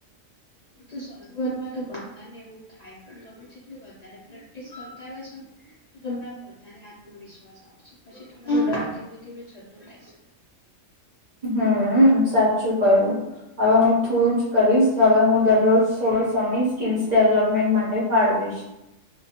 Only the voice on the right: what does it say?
હમ સાચું કયું હવે હું થોડું જ કરીશ હવે હું દરરોજ થોડો સમય સ્કીલ્સ ડેવલપમેન્ટ માટે ફાળવીશ